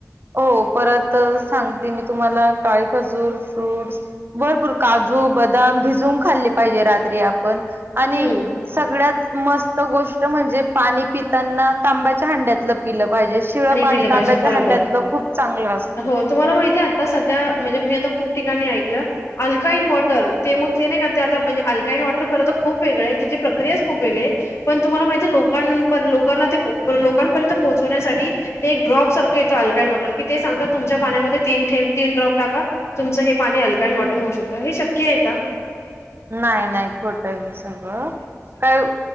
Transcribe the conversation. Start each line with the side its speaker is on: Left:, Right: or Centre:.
Right: हो, परत सांगते मी तुम्हाला, काळी खजूर, फ्रूट्स भरपूर काजू, बदाम भिजून खाल्ले पाहिजे, रात्री आपण. आणि
Left: हम्म
Right: सगळ्यात मस्त गोष् ष्ट म्हणजे पाणी पिताना, तांब्याच्या हांड्यातलं पिलं पाहिजे, शिळ पाणी
Left: पिलं
Right: तांब्याच्या
Left: पाहिजे बरोबर
Right: हांड्यातलं खूप चांगलं असत.
Left: हो तुम्हाला माहिती आहे आता सध्या म्हणजे मी आता खूप ठिकाणी ऐकलं, अल्काइन वॉटर ते मग ते नाही का ते आता म्हणजे, अल्काइन वॉटर खरं तर खूप वेगळं आहे. त्याची प्रक्रियाच खूप वेगळी आहे. पण तुम्हाला माहितीे लोकां पर्यं लोकांना ते लोकांपर्यंत पोहोचवण्यासाठी, ते एक ड्रॉप सारखं येतं, अल्काइन वॉटर कि ते सांगतात, तुमच्या पाण्यामध्ये ती तीन ड्रॉप टाका तुमचं हे पाणी अल्काइन वॉटर होऊ शकतं. हे शक्य आहे का?
Right: नाही -नाही, खोट हे सगळं काय